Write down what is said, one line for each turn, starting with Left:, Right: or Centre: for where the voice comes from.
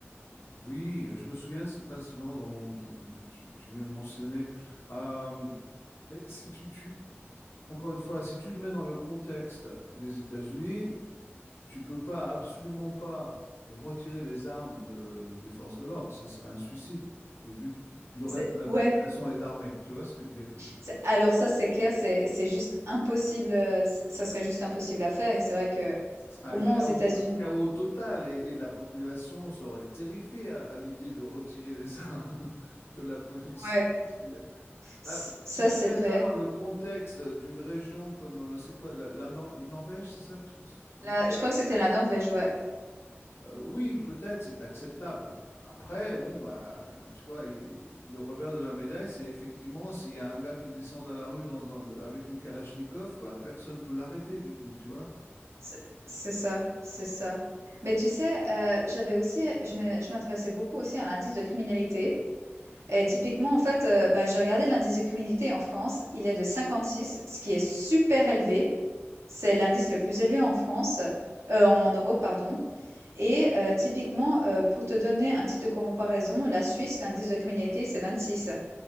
Left: Oui, je me souviens de cet incident dont- dont- que tu, tu viens de mentionner. Euh, Mais si tu, tu- encore une fois, si tu te mets dans le contexte des États-Unis, tu peux pas, absolument pas retirer les armes de- de- des forces de l'ordre. Ce serait un suicide, euh, vu que tout- le
Right: C'est
Left: reste de la
Right: ouais,
Left: population est armée. Tu vois ce que je veux dire?
Right: c'est alors ça, c'est clair, c'est c'est juste impossible, heu, ç ça serait juste impossible à faire et c'est vrai que
Left: Ce serait un
Right: au moins
Left: chaos,
Right: aux États-Unis
Left: un chaos total et, et la population serait terrifiée à, à l'idée de retirer les <laughs> armes de la police.
Right: ouais,
Left: Tu vois ce que je veux dire
Right: ç
Left: Ah,
Right: ça,
Left: si tu
Right: c'est
Left: mets
Right: vrai.
Left: ça dans le contexte d'une région comme, euh, c'est quoi, la, la Nor- Norvège, c'est ça que tu- ce que tu
Right: Là, je crois que c'était la Norvège, ouais.
Left: Euh, oui, peut-être c'est acceptable. Après, bon, bah, tu vois, il- le revers de la médaille, c'est effectivement s'il y a un gars qui descend dans la rue dans un- avec une Kalachnikov, bah, personne ne peut l'arrêter, du coup, tu vois.
Right: C'est c'est ça, c'est ça. Mais tu sais, heu, j'avais aussi je me je m'intéressais beaucoup aussi à l'indice de criminalité et typiquement, en fait, heu, bah, j'ai regardé l'indice de criminalité en France, il est de 56, ce qui est super élevé. C'est l'indice le plus élevé en France, heu, en Europe, pardon et heu, typiquement, heu, pour te donner un titre de comparaison, la Suisse, l'indice de criminalité, c'est 26.